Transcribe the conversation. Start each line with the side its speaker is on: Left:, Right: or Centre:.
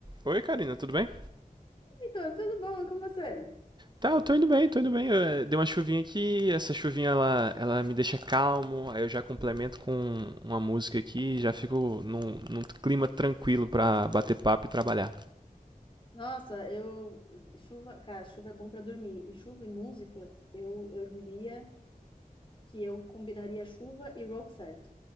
Right: Oi, Karina, tudo bem?
Left: Heitor, tudo bom? E com você?
Right: Tá, eu tô indo bem, tô indo bem. Eu, eh, dei uma chuvinha aqui, essa chuvinha ela, ela me deixa calmo, aí eu já complemento com uma música aqui, e já fico num, num clima tranquilo pra bater papo e trabalhar.
Left: Nossa, eu. Chuva, cara, chuva é bom pra dormir. E chuva e música, eu, eu diria que eu combinaria chuva e Roxette.